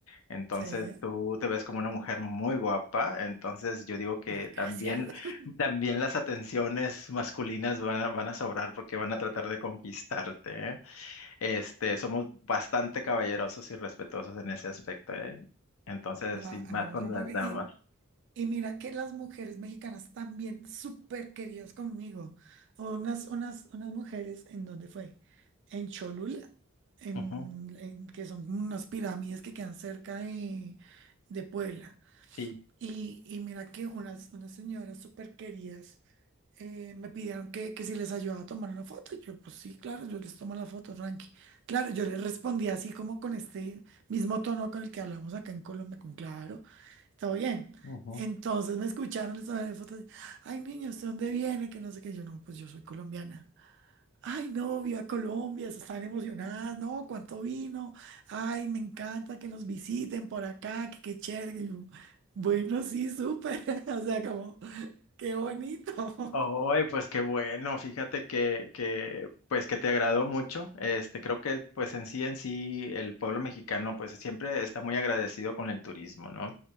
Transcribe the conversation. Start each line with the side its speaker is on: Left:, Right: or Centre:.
Left: entonces
Right: Sí, ay,
Left: tú te ves como una mujer muy guapa, entonces yo digo que
Right: gracias.
Left: también,
Right: <laughs>
Left: también las atenciones masculinas van a, van a sobrar porque van a tratar de conquistarte, ¿eh? Este, somos bastante caballerosos y respetuosos en ese aspecto, ¿eh? Entonces,
Right: No,
Left: sí,
Right: a
Left: más
Right: a mí me
Left: con
Right: fue
Left: las
Right: muy bien.
Left: damas.
Right: Y, y mira que las mujeres mexicanas también súper queridas conmigo. Unas, unas, unas mujeres, ¿en dónde fue? En Cholula, en,
Left: Ujú,
Right: en- que son unas pirámides que quedan cerca de, de Puebla.
Left: sí.
Right: Y, y mira que unas, unas señoras súper queridas eh, me pidieron que, que si les ayudaba a tomar una foto. Y yo, pues sí, claro, yo les tomo la foto, tranqui. Claro, yo les respondí así como con este mismo tono con el que hablamos acá en Colombia, con claro, todo bien.
Left: ujú.
Right: Entonces me escucharon, les tomé la foto. Ay, niño, ¿usted dónde viene? Que no sé qué. Yo, no, pues yo soy colombiana. Ay, no, viva Colombia, se están emocionadas, no, cuánto vino, ay, me encanta que nos visiten por acá, que qué chévere. Y yo, bueno, sí, súper, <laughs> o sea, como, qué bonito.
Left: Ay,
Right: <laughs>
Left: pues qué bueno, fíjate que, que, pues que te agradó mucho. Este, creo que pues en sí en sí el pueblo mexicano pues siempre está muy agradecido con el turismo, ¿no?